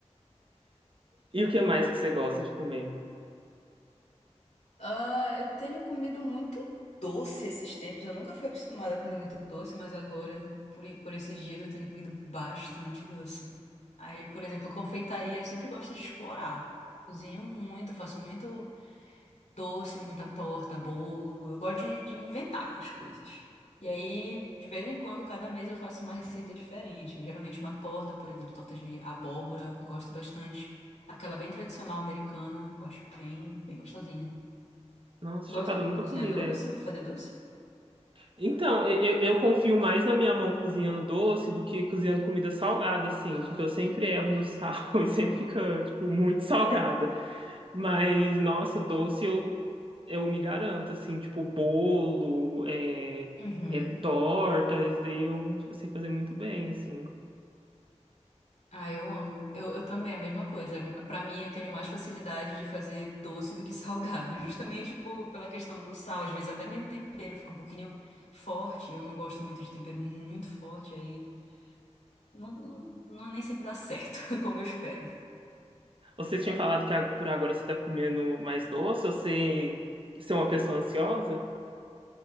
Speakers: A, on the right; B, on the left.
A: E o que mais que você gosta de comer?
B: Ah, eu tenho comido muito doce esses tempos. Eu nunca fui acostumada a comer muito doce, mas agora, por, i- por esses dias, eu tenho comido bastante doce. Aí, por exemplo, confeitaria, eu sempre gosto de explorar. Cozinho muito, faço muito. doce, muita torta, bolo. Eu gosto de, de inventar as coisas. E aí, de vez em quando, cada mês eu faço uma receita diferente. Geralmente uma torta, por exemplo, torta de abóbora, eu gosto bastante. Aquela bem tradicional americana, eu acho bem, bem gostosinha.
A: Nossa, chocado,
B: Gosta de
A: eu nunca
B: cozinhar
A: comi
B: doce,
A: dessa.
B: fazer doce?
A: Então, eu, eu confio mais na minha mão cozinhando doce do que cozinhando comida salgada, assim, porque eu sempre erro no sal <laughs> e sempre fica, tipo, muito salgada. Mas, nossa, doce eu, eu me garanto, assim, tipo, bolo, é,
B: Uhum.
A: é torta, isso daí eu, eu sei fazer muito bem, assim.
B: Ah, eu amo. Eu, eu também, a mesma coisa. Pra mim, eu tenho mais facilidade de fazer doce do que <laughs> salgado, justamente por, pela questão do sal. Às vezes, até mesmo tempero fica um pouquinho forte. Eu não gosto muito de tempero muito forte, aí não, não, não- nem sempre dá certo, <laughs> como eu espero.
A: Você tinha falado que a- por agora você tá comendo mais doce, você, você é uma pessoa ansiosa?